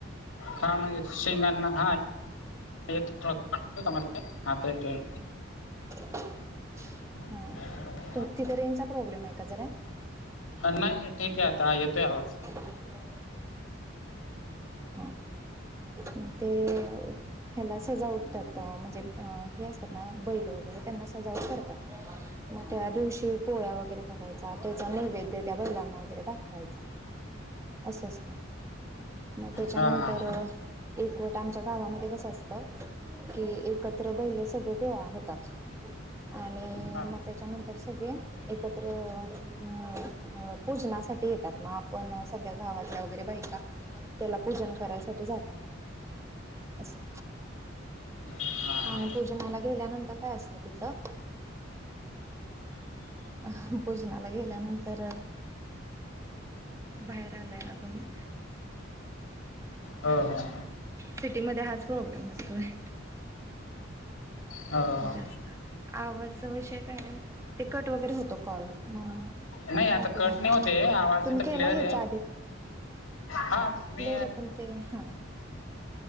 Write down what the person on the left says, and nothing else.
हा म्हणजे शिंगांना हा. <unintelligible> हात येतोय
<inaudible>
नाही ठीक हे आता येतोय आवाज.
हा हा
हा
हा, हा.
हं हं!
हो
नाही आता
कट
नाही होतय, आवाज
इथं
क्लिअर
हे हा मी.